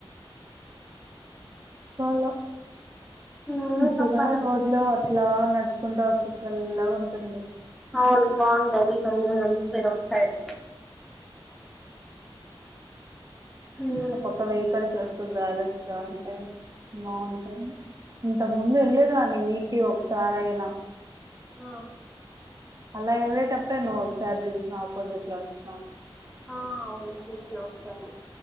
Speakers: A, on the right (about 35°); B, in the centre.
A: పాల
B: నువ్వే
A: ఇప్పుదనే
B: చెప్పాలి
A: రోడ్ లో ఇట్లా నడుచుకుంటూ వస్తుంది చల్లగా ఉంటుంది
B: ఆ అవును బాగుంటది <inaudible> సైడ్
A: ఆ పక్క వెహికల్ వస్తా గాలి వస్తా ఉంటే బాగుంటుంది ఇంతకు ముందు వెలేదాన్ని వీకే ఒకసారి అయినా
B: ఆ
A: అలా వెళ్లేటప్పుడు నువ్వు ఒకసారి చూసినం ఆపోజిట్ లో వచినవ
B: ఆ అవును చూసినా ఒకసారి